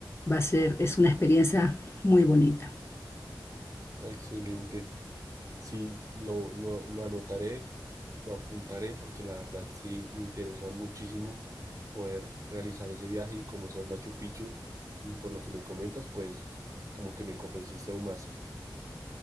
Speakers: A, on the left (about 30°); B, on the right (about 45°).
A: va a ser, es una experiencia muy bonita.
B: excelente. Sí, lo, lo, lo anotaré, lo apuntaré porque la verdad sí me interesa muchísimo poder realizar ese viaje y conocer Machu Picchu y por lo que me comentas, pues como que me convenciste aún más.